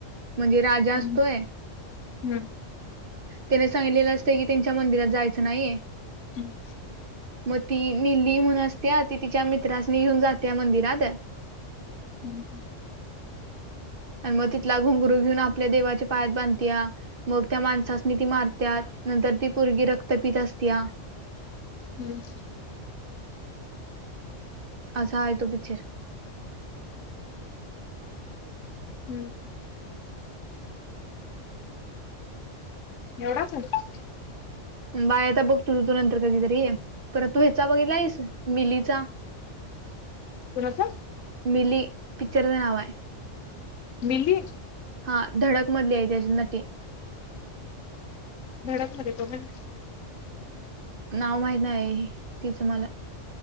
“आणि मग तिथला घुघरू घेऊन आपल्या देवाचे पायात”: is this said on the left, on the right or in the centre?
Right